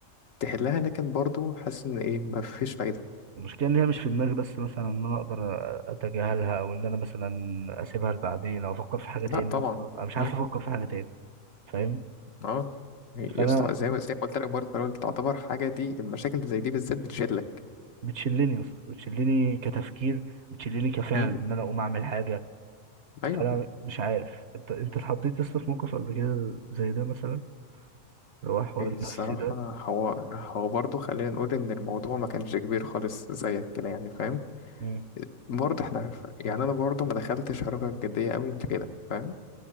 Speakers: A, on the left (about 75°); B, on the right (about 60°).
A: تحلها لكن برضو حاسس ان ايه مفيش فايدة
B: المشكلة ان هي مش في دماغي بس مثلا ان انا اقدر اتجاهلها او ان انا مثلا اسيبها لبعدين او افكر في حاجة
A: لا
B: تاني
A: طبعا
B: يا اسطى انا مش
A: مم.
B: عارف افكر في حاجة تاني فاهم
A: اه يا
B: فانا
A: اسطى زي ما زي ما قلت لك برضه في الأول، تعتبر حاجة دي المشاكل اللي زي دي بالذات بتشلك
B: بتشلني يا اسطى بتشلني كتفكير بتشلني كفعل
A: مم.
B: ان انا اقوم اعمل حاجة فانا
A: ايوه
B: مش عارف انت انت اتحطيت يا اسطى في موقف قبل كده زي ده مثلا اللي هو حوار
A: إيه
B: النفسي
A: الصراحة
B: ده
A: هو هو برضه خلينا نقول ان الموضوع ما كانش كبير خالص زيك كده يعني فاهم
B: مم.
A: برضه احنا يعني انا برضه ما دخلتش علاقة جدية قوي من كده فاهم